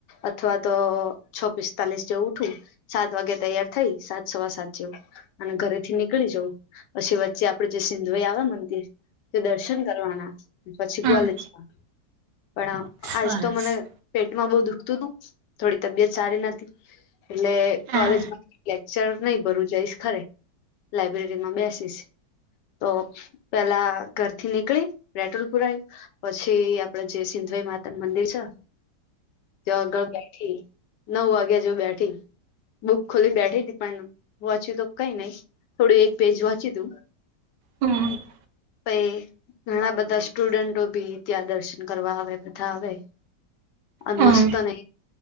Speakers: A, on the left; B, on the right.
A: અથવા તો છ પિસ્તાલીસ જેવું ઉઠું. સાત વાગે તૈયાર થઈ સાત સવા સાત જેવુ. અને ઘરેથી નીકળી જવું, પછી વચ્ચે આપડે જે સિંધવઈ આવે મંદિર.. તે દર્શન કરવાના પછી
B: હા
A: કોલેજમાં, પણ
B: સરસ
A: આજ તો મને.. પેટમાં બોવ દુઃખતું તું થોડી તબિયત સારી નથી. એટલે
B: હા
A: કોલેજમાં લેક્ચર નહી ભરું જઈશ ખરે. લાયબ્રેરી માં બેસીશ. તો પેલા ઘરથી નીકળી, પેટ્રોલ પુરાયુ.. પછી આપડે જે સિંધયમાતા નું મંદિર છે. ત્યાં આગળ બેઠી. નવ વાગ્યા જેવી બેઠી, બુક ખોલી બેઠી તી પણ વાચ્યું તો કંઈ નઈ. થોડું એક પેજ વાંચ્યુ તું.
B: હમ. !
A: પહીં ઘણાં બધાં સ્ટુડન્ટો ભી. ત્યાં દર્શન કરવા આવે બધાં આવે અને
B: હમ
A: મસ્ત ને.